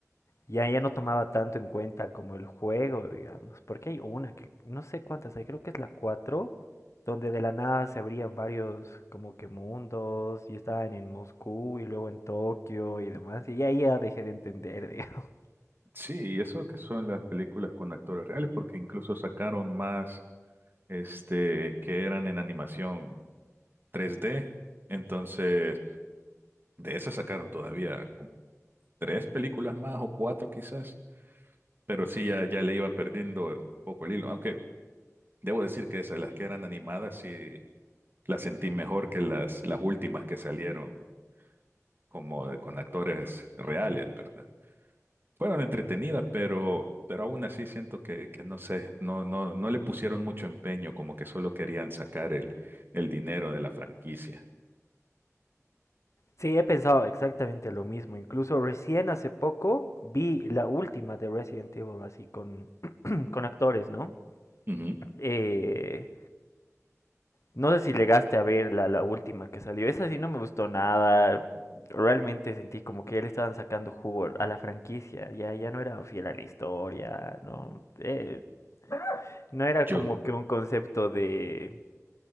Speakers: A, on the left (about 60°); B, on the right (about 40°).
A: Ya, ya no tomaba tanto en cuenta como el juego, digamos, porque hay una que no sé cuántas hay, creo que es la 4 donde de la nada se abrían varios como que mundos y estaban en Moscú y luego en Tokio y demás, y ahí ya dejé de entender, <laughs> digamos.
B: Sí, y eso que son las películas con actores reales, porque incluso sacaron más, este, que eran en animación 3D. Entonces, de esas sacaron todavía como tres películas más o cuatro quizás, pero sí, ya, ya le iba perdiendo un poco el hilo. Aunque debo decir que esas, las que eran animadas, sí las sentí mejor que las, las últimas que salieron como de- con actores reales, ¿verdad? Fueron entretenidas, pero, pero aún así siento que, que no sé, no, no, no le pusieron mucho empeño, como que solo querían sacar el, el dinero de la franquicia.
A: Sí, he pensado exactamente lo mismo, incluso recién hace poco vi la última de Resident Evil así con, <clears throat> con actores, ¿no?
B: Ujú.
A: Eh, No sé si llegaste a ver la, la última que salió. Esa sí no me gustó nada. Realmente sentí como que ya le estaban sacando jugo a la franquicia. Ya, ya no era fiel a la historia. No, Eh, no era
B: Yo,
A: como que un concepto de,